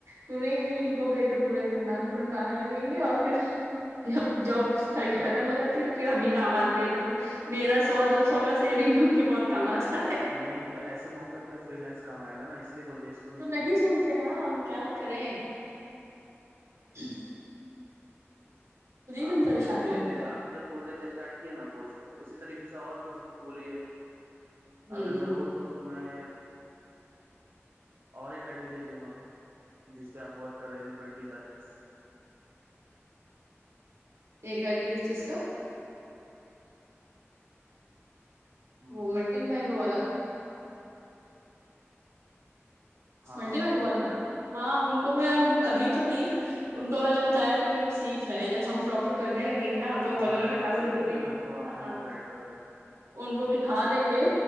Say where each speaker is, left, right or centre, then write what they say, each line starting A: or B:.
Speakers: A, on the right (about 85°); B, on the right (about 60°).
A: سنیںگں نہیں ان کو بھیج دو پورے خندان کو لٹانے لگیں گے اور پھر ج جاب تھرٹی ختم ہو جاتی ہے تو پھر ہم ہی کام آتے ہیں تو پھر میرا سو دو سو کا سیونگ بھی ان کے بہت کام آجائے
B: نہیں تو ایسے موقع پہ فری لینس کام آئے گا اس لیے بولتے ہیں اس کو
A: تو
B: چھوڑنے
A: نہیں
B: کے
A: سنتے
B: لیے
A: نا ہم کیا کریں ہ
B: ہوں آپ
A: دم
B: بولیے
A: پریشان
B: نا دھیرے
A: ہو
B: دھیرے آپ جب بولے تھے اسٹارٹ کیے نا کچھ اسی طریقے سے اور کچھ بلیے
A: گئے
B: اگر
A: ہوں
B: ضرورت ہو تو میں اور ایک آئی ڈی دے دوں گا جس پہ آپ ورک کریں گے ٹوینٹی تاریخ
A: ایک آئی ڈی کس چیز کا
B: ہوں
A: وہ ملٹی مینگو والا
B: ہاں
A: ملٹی مینگو
B: جس
A: والا
B: پہ آپ
A: ہاں ان کو میں ابھی تو نہیں ان کو میں نے بتایا کہ ہم سیکھ رہے ہیں جب ہم پراپر کرنے لگیں گے نا تو بغل
B: ہاں
A: میں
B: جب
A: بیٹھا
B: آپ
A: کے
B: سیکھیں
A: ان کو بھی
B: گے نا تو آپ
A: ہاں
B: ان کو گائڈ کر دیں
A: ان کو دیکھا دیں گے